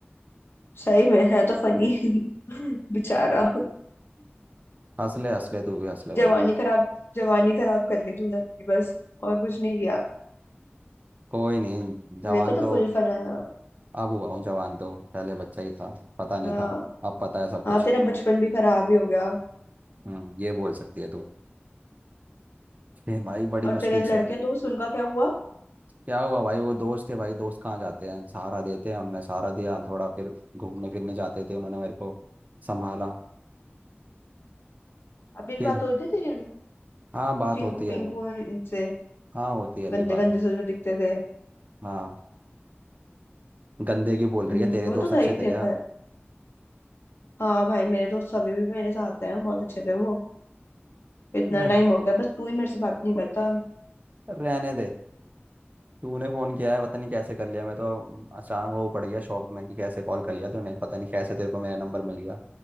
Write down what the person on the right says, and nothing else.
हंस ले हंस ले तू भी हंस ले
भाई
कोई नहीं जवान
तो
अब हुआ हूँ जवान तो पहले बच्चा ही था पता नहीं
था अब पता है सब कुछ
हम्म ये बोल सकती है तू फिर भाई बड़ी
मुश्किल
से है।
क्या हुआ भाई वो दोस्त थे भाई दोस्त कहाँ जाते हैं सहारा देते हैं हमने सहारा दिया थोड़ा फिर घूमने फिरने जाते थे उन्होंने मेरे को संभाला
फिर
हाँ बात
होती है
मेरे
हाँ होती है अभी
बात
हाँ गंदे की बोल रही
है तेरे दोस्त
अच्छे थे
क्या
रह,
रहने दे तूने फोन किया है पता नहीं कैसे कर लिया मैं तो अचानक वो पड़ गया शौक में कि कैसे कॉल कर लिया तूने पता नहीं कैसे तेरे को मेरा नंबर मिल गया